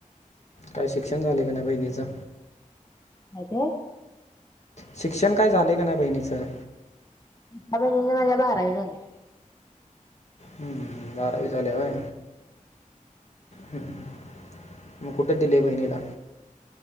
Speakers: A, on the left (about 55°); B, on the left (about 25°).
A: काय शिक्षण झाले का ना बहिणीचं.
B: काय ते?
A: शिक्षण काय झाले का नाही बहिणीचं?
B: माझ्या बहिणीची बारावी झाली.
A: बराावी झाली होय. हम् मग कुठे दिले बहिणीला?